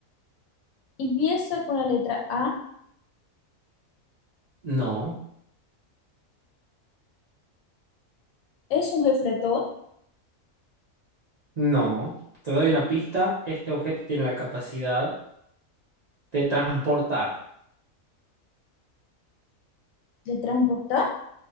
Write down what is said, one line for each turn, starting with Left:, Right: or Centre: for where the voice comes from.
Left: Empieza con la letra A.
Right: No,
Left: es un refletor
Right: no. Te doy una pista, este objeto tiene la capacidad de transportar.
Left: de transportar